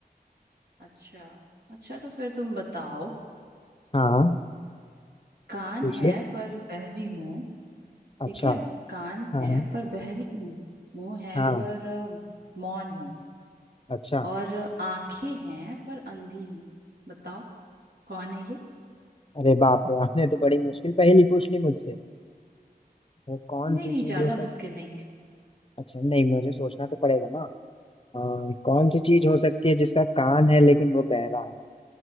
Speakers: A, on the right; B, on the left.
A: अच्छा अच्छा तो फिर तुम बताओ
B: हाँ
A: कान
B: पूछिए
A: है पर बहरी हूँ
B: अच्छा
A: ठीक है कान
B: हाँ
A: है
B: हाँ
A: पर बहरी हूँ मुंह है
B: हाँ
A: पर अ, मौन हूँ
B: अच्छा
A: और आंखें हैं पर अंधी हूँ बताओ कौन है ये
B: अरे बाप रे आपने तो बड़ी मुश्किल पहेली पूछ ली मुझसे वो कौन
A: नहीं
B: सी
A: नहीं
B: चीज
A: ज्यादा
B: हो सकती
A: मुश्किल
B: है
A: नहीं है
B: अच्छा नहीं मुझे सोचना तो पड़ेगा ना अ, कौन सी चीज हो सकती है जिसका कान है लेकिन वो बहरा है